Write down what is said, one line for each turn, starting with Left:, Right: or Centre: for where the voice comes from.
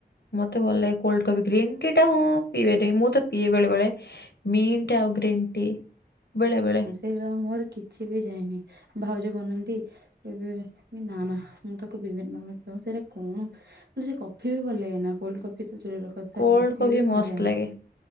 Left: ମତେ ଭଲ ଲାଗେ କୋଲଡ କହିବେ ଗ୍ରୀନ୍ ଟି ଟା ହୁଁ ପିଇବେ ଟିକେ ମୁଁ ତ ପିଏ ବେଳେ ବେଳେ ମିଣ୍ଟ ଆଉ ଗ୍ରୀନ୍ ଟି। ବେଳେବେଳେ।
Right: ସେଇଗୁରା ମୋର କିଛି ବି ଯାଏନି ଭାଉଜ ବନାନ୍ତି। ଏବେ ନା ନା ମୁଁ ତାକୁ ପିଇବିନି ସେଇଟା କଣ ସେ କଫି ବି ଭଲ ଲାଗେନା କୋଲଡ କଫି ତ ଦୂରର କଥା
Left: କୋଲ୍ଡ
Right: କଫି ବି ଭଲ
Left: ମସ୍ତ
Right: ଲାଗେନା।
Left: ଲାଗେ